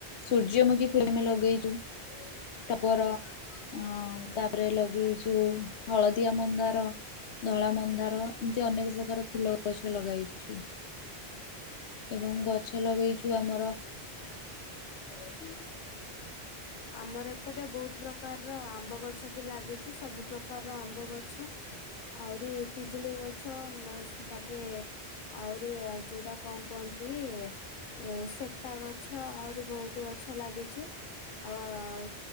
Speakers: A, on the left (about 80°); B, on the left (about 55°).
A: ସୂର୍ଯ୍ୟମୁଖୀ ଫୁଲବି ଲଗେଇଚୁ ଟଗର ଆଁ ତାପରେ ଲଗେଇଚୁ ହଳଦିଆ ମନ୍ଦାର ଧଳା ମନ୍ଦାର ଏମିତି ଅନେକ ପ୍ରକାର ଫୁଲ ଗଛ ଲଗାଇଛୁ। ଏବଂ ଗଛ ଲଗେଇଚୁ ଆମର <inaudible>
B: ଆମର ଏପଟେ ବହୁତ୍ ପ୍ରକାରର ଆମ୍ବ ଗଛବି ଲାଗିଚି ସବୁ ପ୍ରକାରର ଆମ୍ବ ଗଛ ଆହୁରି ପିଜୁଳି ଗଛ <unintelligible> ରେ ଆହୁରି ଯୋଉଟା କଁ କହନ୍ତି ଏ ସେପ୍ଟା ଗଛ ଆହୁରି ବହୁତ୍ ଗଛ ଲାଗିଚି। ଆଉ